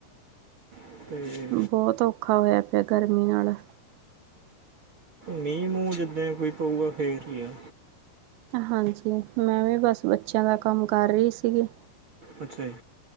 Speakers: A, on the right; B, on the right.
A: ਅਤੇ
B: ਬਹੁਤ ਔਖਾ ਹੋਇਆ ਪਿਆ ਗਰਮੀ ਨਾਲ।
A: ਮੀਂਹ ਮੂੰਹ ਜਿੱਦਾਂ ਕੋਈ ਪਊਗਾ ਫੇਰ ਹੀ ਹੈ।
B: ਹਾਂਜੀ ਮੈਂ ਵੀ ਬਸ ਬੱਚਿਆਂ ਦਾ ਕੰਮ ਕਰ ਰਹੀ ਸੀਗੀ।
A: ਅੱਛਾ ਜੀ।